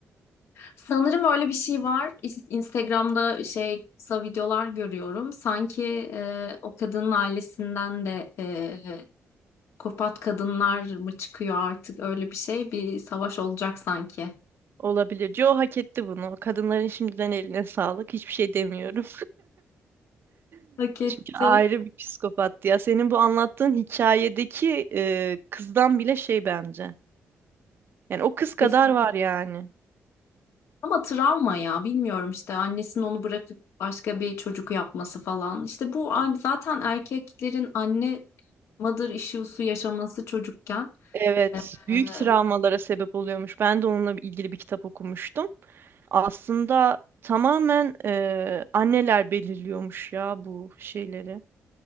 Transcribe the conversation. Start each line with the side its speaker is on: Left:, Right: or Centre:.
Left: Sanırım öyle bir şey var. İs- Instagram'da şey kısa videolar görüyorum. Sanki e, o kadının ailesinden de e, kopat kadınlar mı çıkıyor artık öyle bir şey. Bir savaş olacak sanki.
Right: Olabilir. Joe hak etti bunu. Kadınların şimdiden eline sağlık. Hiçbir şey demiyorum. <laughs>
Left: Hak etti.
Right: Çünkü ayrı bir psikopattı ya. Senin bu anlattığın hikayedeki e, kızdan bile şey bence. Yani o kız kadar
Left: Kesin.
Right: var yani.
Left: Ama travma ya bilmiyorum işte annesinin onu bırakıp başka bir çocuk yapması falan. İşte bu an- zaten erkeklerin anne mother issue'su yaşaması çocukken
Right: Evet, büyük
Left: e,
Right: travmalara sebep oluyormuş. Ben de onunla ilgili bir kitap okumuştum. Aslında tamamen e, anneler belirliyormuş ya bu şeyleri.